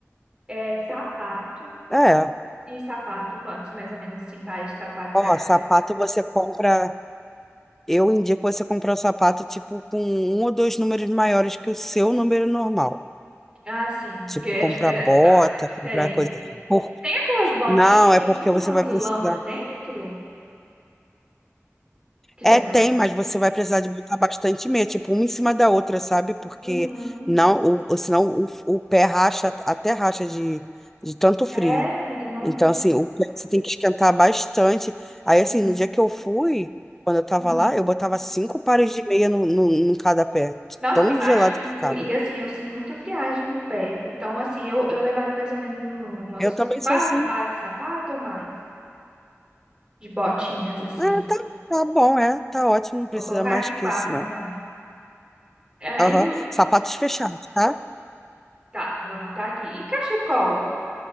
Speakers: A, on the right; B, in the centre.
A: é sapato.
B: É.
A: E sapato, quantos mais ou menos assim, pares de sapato
B: Ó,
A: você acha?
B: sapato
A: que eu-
B: você compra. Eu indico você comprar o sapato, tipo, com um ou dois números maiores que o seu número normal.
A: Ah, sim,
B: Tipo,
A: porque é,
B: comprar
A: difere...
B: bota,
A: ah, é diferente,
B: comprar coisa.
A: né?
B: Por-
A: Tem aquelas botinhas
B: Não,
A: que
B: é
A: tem
B: porque
A: tipo
B: você
A: umas
B: vai
A: lã
B: precisar.
A: por dentro que
B: É,
A: você tá
B: tem,
A: falando?
B: mas você vai precisar de botar bastante meia, tipo, uma em cima da outra, sabe? Porque
A: Uhum.
B: não, o, o- senão o, o pé racha, até racha de, de tanto frio.
A: Sério, amiga? Nossa.
B: Então, assim, o pé você tem que esquentar bastante. Aí, assim,
A: Sim.
B: no dia que eu fui, quando eu tava
A: Ah.
B: lá, eu botava cinco pares de meia no, no, em cada pé, de
A: Nossa,
B: tão
A: eu imagino,
B: gelado que ficava.
A: viu? E assim, eu sinto muita friagem no pé. Então, assim, eu, eu levaria mais ou menos um- umas
B: Eu também
A: quatro
B: sou assim.
A: pares de sapato ou mais. de botinhas, assim.
B: É, tá, tá bom, é, tá ótimo, não precisa
A: Vou colocar
B: mais
A: aqui
B: que
A: quatro,
B: isso, não.
A: então. Ah,
B: Aham.
A: e o-
B: Sapatos fechados, tá?
A: tá, vou anotar aqui. E cachecol?